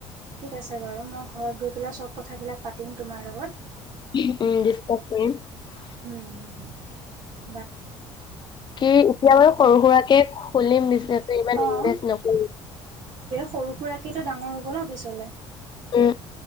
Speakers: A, on the right; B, on the left.
A: ঠিক আছে বাৰু, মই ঘৰত গৈ পেলাই সব কথাবিলাক পাতিম তোমাৰ লগত।
B: <unintelligible>
A: উম হম।
B: কি এতিয়া। সৰু সুৰাকে খুলিম বিনে।
A: অ অ
B: <unintelligible>
A: সৰু সুৰাকৈতো ডাঙৰ হ'ব ন পিছলৈ।
B: উ